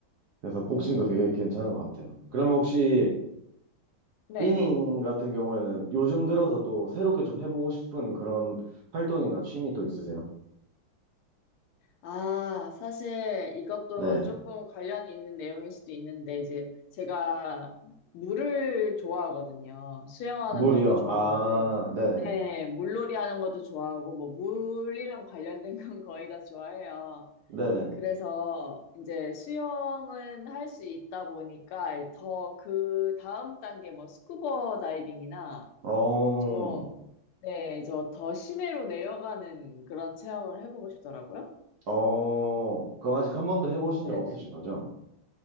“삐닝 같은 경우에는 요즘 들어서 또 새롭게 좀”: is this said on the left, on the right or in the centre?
Right